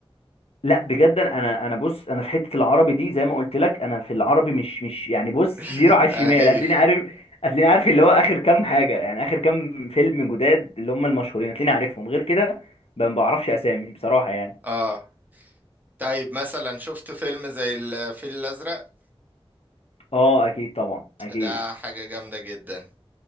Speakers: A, on the left; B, on the right.
A: لا بجد انا انا بص انا في حته العربي دي زي ما قلت لك انا في العربي مش مش يعني بص
B: <laughs>
A: زيرو على الشمال
B: ايوه
A: هتلاقيني عارف هتلاقيني عارف اللي هو اخر كام حاجه يعني اخر كام فيلم جداد اللي هم المشهورين هتلاقيني عارفهم غير كده ما بعرفش اسامي بصراحه يعني
B: اه طيب مثلا شفت فيلم زي الفيل الازرق
A: اه اكيد طبعا اكيد
B: ده حاجة جامدة جدا